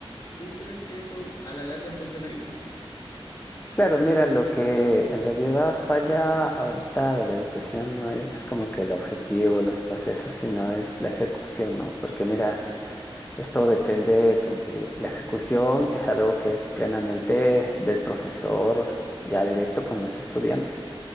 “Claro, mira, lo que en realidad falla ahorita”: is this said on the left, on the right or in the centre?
Left